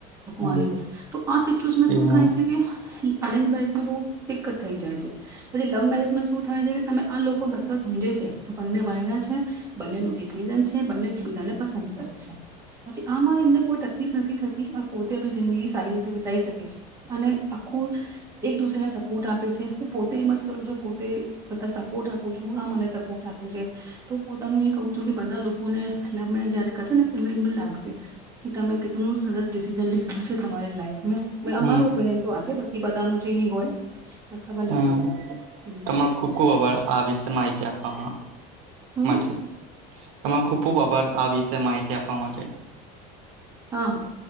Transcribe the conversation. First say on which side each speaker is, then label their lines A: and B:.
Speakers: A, on the right; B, on the right.
A: હમ
B: હું. તો શ
A: તે હમ
B: થાય છે. બહ દિકકત થઈ જાય છે પછી લવ મેરેજમાં શું થાય છે કે તમે આ લોકો બધા સમજે છે કે બંને વર્ણ છે બંનેનું ડિસિઝન છે. બને એકબજાને પસંદ કરે છે પછી આમાં એમને કોઈ તકલીફ નથી થતી. પોતે જિંદગી સાહિતીતે. બતાઈ શકે છે અને. આખું એક દુસરેને સપોર્ટ આપે છે હું પોતે એમ જ. કરું છ પોતે બધા સપોર્ટ આપ. મને સપોર્ટ આપે છે તો પોતાનું એ ક છ કે બધા. અને. <unintelligible> તમે જયારે કસન. ને એમને લાગશે કે તમે કેટલ સરસ ડિસિઝન લીધું છે તમારી લાઈફ
A: હમ
B: અમાર ઓપિનિયન તો આ છે બાકી બધાનું જે એ હોય. આ ખબર
A: હમ
B: નથી
A: તમાને
B: છે
A: ખુબ ખુબ આભાર આ વિશે માહિતી આપવામાં.
B: હમ
A: માથે. <unintelligible> તમારે ખુબ ખૂબ આભાર આ વિશે માહિતી આપવા માટે.
B: હા. <unintelligible>